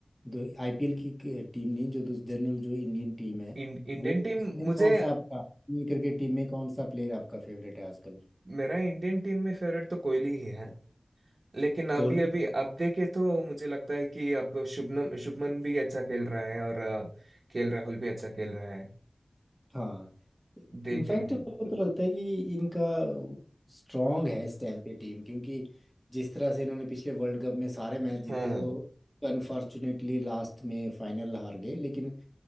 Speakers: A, in the centre; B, on the right.
A: दो आईपीएल की टीम नहीं जो जनरल जो इंडियन टीम है
B: इं- Indian
A: वो
B: team
A: उसमें
B: मुझे
A: कौन सा आपका क्रिकेट टीम में कौन सा प्लेयर आपका फेवरेट है आजकल
B: मेरा इंडियन टीम में फेवरेट तो कोहली ही है लेकिन अभी
A: कोहली
B: अभी अब देखे तो मुझे लगता है कि अब शुभमन शुभमन भी अच्छा खेल रहा है और अ, के एल राहुल भी अच्छा खेल रहा है
A: हाँ
B: देखेंगे
A: इनफैक्ट मेरे को तो लगता है कि इनका स्ट्रांग है इस टाइम पे टीम क्योंकि जिस तरह से इन्होंने पिछले वर्ल्ड कप में सारे मैच जीते
B: हाँ
A: वो अनफॉर्चुनेटली लास्ट में फाइनल हार गए लेकिन